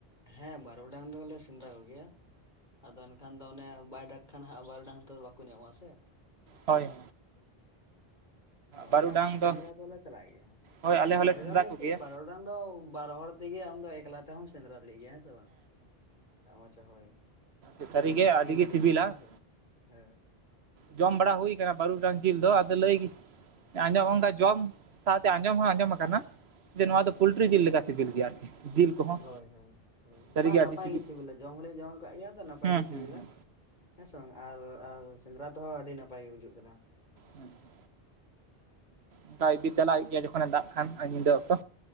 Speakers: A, on the left; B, on the right.
A: ᱦᱮᱸ ᱵᱟᱨᱩᱰᱟᱝ ᱫᱚᱞᱮ ᱥᱮᱸᱫᱽᱨᱟ ᱠᱚᱜᱮᱭᱟ᱾ ᱟᱫᱚ ᱮᱱᱠᱷᱟᱱ ᱫᱚ ᱚᱱᱮ ᱵᱟᱭ ᱫᱟᱜ ᱠᱷᱟᱱ ᱦᱟᱸᱜ ᱵᱟᱨᱩᱰᱟᱝ ᱛᱚ ᱵᱟᱠᱩ ᱧᱟᱢᱚᱜ-ᱟ ᱥᱮ᱾
B: ᱦᱳᱭ ᱦᱳᱭ
A: ᱵᱟᱨᱩᱰᱟᱝ
B: ᱵᱟᱹᱨᱩᱰᱟᱝ
A: ᱥᱮᱸᱫᱽᱨᱟ
B: ᱫᱚ
A: ᱫᱚᱞᱮ ᱪᱟᱞᱟᱜ ᱜᱮᱭᱟ
B: ᱦᱳᱭ ᱟᱞᱮ ᱦᱚᱸᱞᱮ
A: ᱵᱟᱨᱩᱰᱟᱝ
B: ᱥᱮᱸᱫᱽᱨᱟ
A: ᱫᱚ
B: ᱠᱚᱜᱮᱭᱟ
A: ᱪᱮᱫ ᱵᱟᱨᱩ ᱰᱟᱝ ᱫᱚ ᱵᱟᱨ ᱦᱚᱲ ᱛᱤᱜᱤ ᱟᱢ ᱫᱚ ᱮᱠᱞᱟ ᱛᱮᱦᱚᱸᱢ ᱥᱮᱸᱫᱽᱨᱟ ᱫᱟᱲᱤᱭᱭᱟ ᱦᱮᱸ ᱥᱮ ᱵᱟᱝ? ᱟᱪᱪᱷᱟ ᱦᱳᱭ ᱟᱨ
B: ᱥᱟᱹᱨᱤᱜᱮ
A: ᱱᱟᱯᱟᱭ
B: ᱟᱹᱰᱤᱜᱮ
A: ᱜᱮ ᱵᱩᱡᱩᱜ
B: ᱥᱤᱵᱤᱞᱟ
A: ᱠᱟᱱᱟ ᱦᱮᱸᱥᱮ ᱦᱮᱸ᱾
B: ᱡᱚᱢ ᱵᱟᱲᱟ ᱦᱩᱭ ᱠᱟᱱᱟ ᱵᱟᱨᱩᱰᱟᱝ ᱡᱤᱞ ᱫᱚ ᱟᱫᱚ ᱞᱟᱹᱭ ᱟᱸᱡᱚᱢ ᱚᱱᱠᱟ
A: ᱦᱩᱸ
B: ᱡᱚᱢ ᱥᱟᱶᱛᱮ ᱟᱸᱡᱚᱢ ᱦᱚᱸ ᱟᱸᱡᱚᱢ ᱟᱠᱟᱱᱟ ᱡᱮ ᱱᱚᱣᱟ ᱫᱚ
A: ᱦᱩᱸ
B: ᱯᱳᱞᱴᱨᱤ ᱡᱤᱞ ᱞᱮᱠᱟ ᱥᱤᱵᱤᱞ ᱜᱮᱭᱟ ᱟᱨᱠᱤ᱾ ᱡᱤᱞ ᱠᱚᱦᱚᱸ
A: ᱦᱳᱭ ᱦᱳᱭ ᱦᱳᱭ
B: ᱥᱟᱹᱨᱤᱜᱮ
A: ᱵᱟᱝ ᱱᱟᱯᱟᱭ
B: ᱟᱹᱰᱤ ᱥᱤᱵᱤᱞ
A: ᱜᱮ ᱥᱤᱵᱤᱞᱟ ᱡᱚᱢ ᱦᱚᱞᱤᱧ ᱡᱚᱢ ᱠᱟᱜ ᱜᱮᱭᱟ ᱛᱚ ᱱᱟᱯᱟᱭ
B: ᱦᱩᱸ
A: ᱜᱮ
B: ᱦᱩᱸ
A: ᱥᱤᱵᱤᱞᱟ
B: ᱦᱩᱸ
A: ᱦᱮᱸᱥᱮ ᱵᱟᱝ ᱟᱨ ᱟᱨ ᱥᱮᱸᱫᱽᱨᱟ ᱛᱮᱦᱚᱸ ᱟᱰᱤ ᱱᱟᱯᱟᱭ ᱜᱮ ᱵᱩᱡᱩᱜ ᱛᱟᱦᱮᱱᱟ᱾
B: ᱦᱮᱸ <inaudible> ᱚᱱᱠᱟ ᱤᱫᱤ ᱪᱟᱞᱟᱜ ᱦᱩᱭᱩᱜ ᱜᱮᱭᱟ ᱡᱚᱠᱷᱚᱱᱮ ᱫᱟᱜ ᱠᱷᱟᱱ ᱟᱨ ᱧᱤᱫᱟᱹ ᱚᱠᱛᱚ,